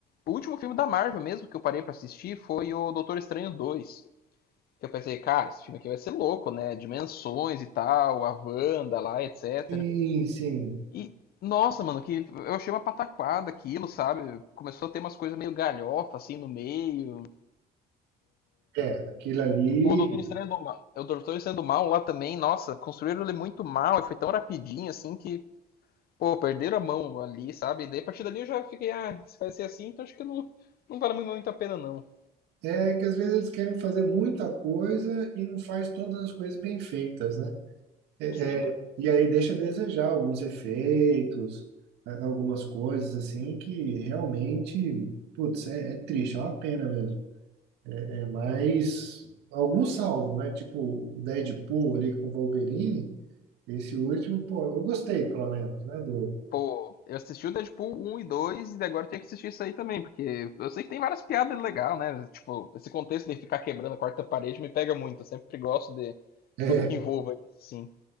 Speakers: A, on the left; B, on the right.
A: O último filme da Marvel mesmo que eu parei pra assistir foi o Doutor Estranho 2. Que eu pensei, cara, esse filme aqui vai ser louco, né? Dimensões e tal, a Wanda lá, etc.
B: sim, sim.
A: E, nossa, mano, que eu achei uma pataquada aquilo, sabe? Começou a ter umas coisas meio galhofa, assim, no meio.
B: É, aquilo ali
A: O Doutor Estranho do Mal, o Doutor Estranho do Mal lá também, nossa, construíram ele muito mal e foi tão rapidinho, assim, que, pô, perderam a mão ali, sabe? E daí, a partir dali eu já fiquei, ah, se vai ser assim, então acho que não, não vale muito a pena, não.
B: é que às vezes eles querem fazer muita coisa e não faz todas as coisas bem feitas, né? É,
A: Sim.
B: é, e aí deixa a desejar alguns efeitos, a- algumas coisas assim que realmente, putz, é, é triste, é uma pena mesmo. É, mas alguns salvam, né? Tipo o Deadpool ali com o Wolverine, esse último, pô, eu gostei pelo menos, né? Do,
A: Pô, eu assisti o Deadpool um e 2 e agora eu tenho que assistir isso aí também, porque eu sei que tem várias piadas legais, né? Tipo, esse contexto de ficar quebrando a quarta parede me pega muito. Eu sempre gosto de
B: <laughs>
A: tudo que envolva isso, assim.